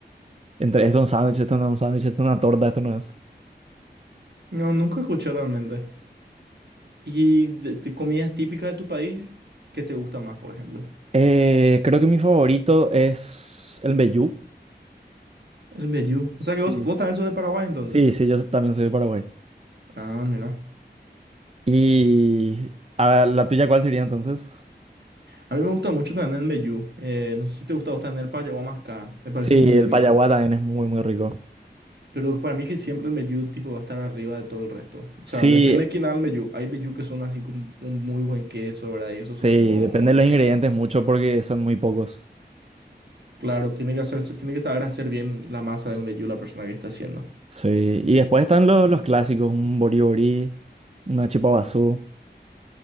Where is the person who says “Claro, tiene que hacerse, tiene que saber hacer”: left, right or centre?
Right